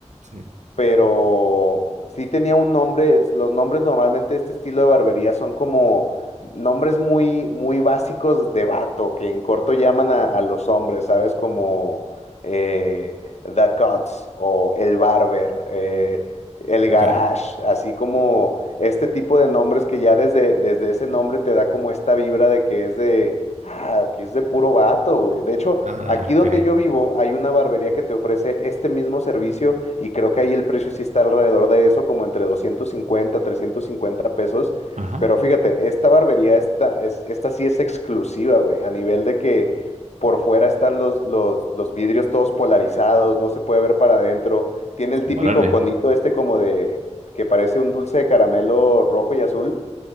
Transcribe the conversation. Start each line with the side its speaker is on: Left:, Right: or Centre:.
Right: Sí.
Left: pero sí tenía un nombre, es- los nombres normalmente de este estilo de barbería son como nombres muy, muy básicos de vato, que en corto llaman a, a los hombres, ¿sabes? Como eh, The Cuts o El Barber, eh, El
Right: Ok.
Left: Garage, así como este tipo de nombres que ya desde, desde ese nombre te da como esta vibra de que es de... Ah, que es de puro vato, güey. De hecho,
Right: Ah,
Left: Aquí
Right: ok.
Left: donde yo vivo hay una barbería que te ofrece este mismo servicio y creo que ahí el precio sí está alrededor de eso, como entre doscientos cincuenta trescientos cincuenta pesos.
Right: Ajá.
Left: Pero fíjate, esta barbería, esta, es, esta sí es exclusiva, güey, a nivel de que por fuera están los, los, los vidrios todos polarizados, no se puede ver para adentro. Tiene el típico
Right: Órale.
Left: conito
Right: <laughs>
Left: este como de, que parece un dulce de caramelo rojo y azul.